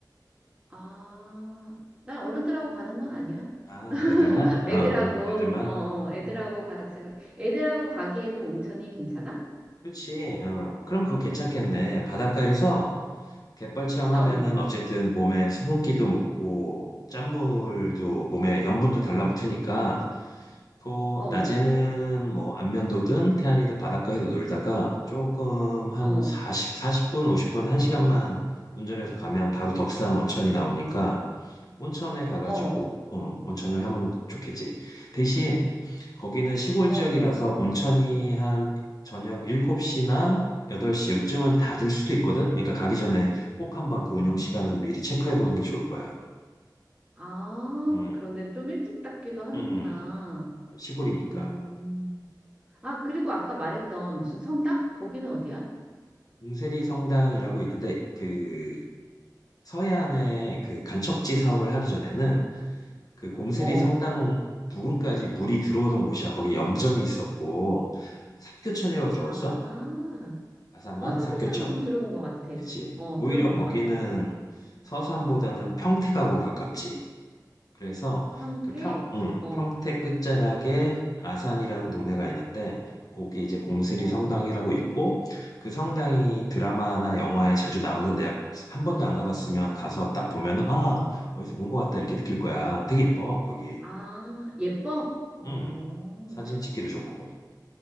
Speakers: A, on the right; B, on the left.
A: 아, 난 어른들하고 가는 건 아니야.
B: 아,
A: <laughs>
B: 애들만? 어,
A: 애들하고,
B: 애들만?
A: 어,
B: 음,
A: 어, 애들하고 같이 가. 애들하고 가기에도 온천이 괜찮아?
B: 그렇지. 어. 그럼 그거 괜찮겠네.
A: 아,
B: 바닷가에서 갯벌 체험하면은
A: 어,
B: 어쨌든 몸에 수분기도 묻고, 짠물도 몸에 염분도 달라붙으니까 또
A: 어,
B: 낮에는 뭐 안면도든 태안이든 바닷가에서 놀다가 조금 한
A: 어,
B: 40, 사십 분 50분, 한 시간만 운전해서 가면 바로 덕산 온천이 나오니까 온천에 가가지고
A: 어,
B: 어, 온천을 하면 좋겠지. 대신 거기는 시골
A: 어,
B: 지역이라서 온천이 한 저녁 7시나 8시 요쯤은 닫을 수도 있거든. 그러니까 가기 전에 꼭 한번 그 운영 시간은 미리 체크해 보는 게 좋을 거야.
A: 아,
B: 음,
A: 그런데 좀 일찍 닫기도 하는구나.
B: 음, 음. 시골이니까.
A: 음. 아, 그리고 아까 말했던 무슨 성당? 거기는 어디야?
B: 봉세리 성당이라고 있는데 그 서해안에 그 간척지 사업을 하기 전에는 그 봉세리
A: 어.
B: 성당 부근까지 물이 들어오던 곳이야. 거기 염전이 있었고 삽교천이라고 들어봤어?
A: 아.
B: 아산만
A: 어, 삽교촌은좀
B: 삽교천.
A: 들어본 것 같아.
B: 그치.
A: 어,
B: 오히려
A: 들어본 것
B: 거기는
A: 같아.
B: 서산보다는 평택하고 가깝지. 그래서
A: 평택.
B: 그 평, 응,
A: 어,
B: 평택 끝자락에 아산이라는 동네가 있는데 거기 이제 공스리
A: 어.
B: 성당이라고 있고 그 성당이 드라마나 영화에 자주 나오는데 한 번도 안 가봤으면 가서 딱 보면 아 어디서 본 것 같다 이렇게 느낄 거야. 되게 예뻐 거기.
A: 아, 예뻐? 어.
B: 음 사진 찍기도 좋고.